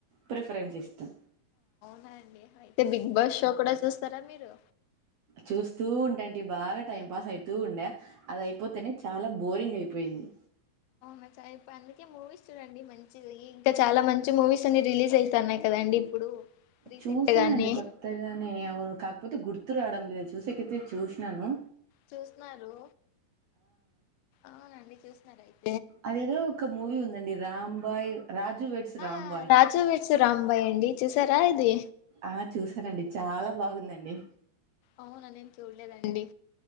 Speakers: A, on the right; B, on the left.
A: ప్రిఫరెన్స్ ఇస్తం
B: హాయ్ అండి అయితే బిగ్ బాస్ షో కూడా చూస్తారా మీరు
A: చూస్తూ ఉంటాంటి బాగా టైం పాస్ అయితూ ఉండే అది అయిపోతేనే చాలా బోరింగ్ అయిపోయింది
B: మంచి ఐ ఫ్యాన్ అందుకే మూవీస్ చూడండి మంచిది ఇంకా చాలా మంచి మూవీస్ అన్ని రిలీజ్ అయితన్నాయి కదండి ఇప్పుడు రీసెంట్
A: చూసానండి
B: గానే
A: కొత్తగా నేను ఎవ కా పోతే గుర్తు రాడం లేదు చూసేకేతే చూస్నాను
B: చూస్తున్నారు అవునండి చూస్తున్నారు అయితే
A: అదేదో ఒక మూవీ ఉందండి రాంబాయ్ రాజు వెడ్స్
B: ఆ
A: రాంబాయ్
B: రాజు వెడ్స్ రాంబాయ్ అండి చూసారా ఇది
A: ఆ చూసానండి చాలా బాగుందండి
B: అవునండి చూడలేదండి